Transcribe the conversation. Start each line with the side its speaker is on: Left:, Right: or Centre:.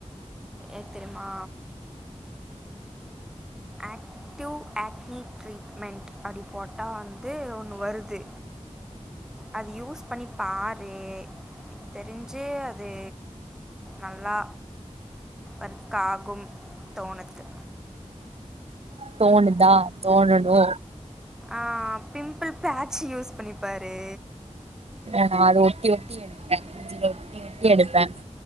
Centre: எத்தெரிமா ஆக்டிவ் ஆக்னி ட்ரீட்மெண்ட் அப்டி போட்டா வந்து ஒண்ணு வருது அது யூஸ் பண்ணி பாரு தெரிஞ்சே அது நல்லா ஒர்க் ஆகும் தோணுது
Right: தோணுதா தோணணு
Centre: அ பிம்பிள் பேட்சு யூஸ் பண்ணிப்பாரு
Right: அ நா ஒட்டி ஒட்டி எடுப்பே மூஞ்சில ஒட்டி ஒட்டி எடுப்பே